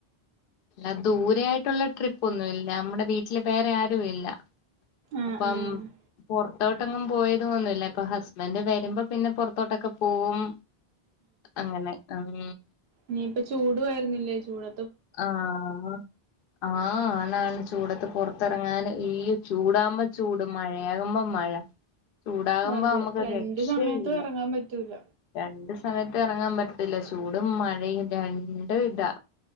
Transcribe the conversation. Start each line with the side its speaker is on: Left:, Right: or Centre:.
Left: ല്ല ദൂര് രെ ആയിട്ടുള്ള ട്രിപ്പൊന്നുല്ല നമ്മടെ വീട്ടില് വേറെ ആരുല്ല
Right: ആഹ്
Left: അപ്പം
Right: ആഹ് ആഹ്
Left: പൊർത്തോട്ടെങ്ങും പോയത് ഒന്നുല്ല ഇപ്പൊ ഹസ്ബെന്റ് വെരുമ്പോ പിന്നെ പൊർത്തോട്ടൊക്കെ പോവും അങ്ങനെ അം
Right: ഞ്ഞിപ്പൊ ചൂടുആയിരുന്നില്ലേ ചൂട്
Left: ആഹ് ആഹ് ആണാണ് ചൂടത്ത് പൊർത്തെറങ്ങാന് ഈ ചൂടാകുമ്പൊ ചൂട് മഴയാകുമ്പൊ മഴ ചൂടാകുമ്പോ
Right: അതെ
Left: നമുക്ക് ഒരു
Right: രണ്ട്
Left: രക്ഷയില്ല
Right: സമയത്തും എറങ്ങാൻ പറ്റൂല
Left: രണ്ട് സമയത്തും എറങ്ങാൻ പറ്റതില്ല ചൂടും മഴയും രണ്ട്താ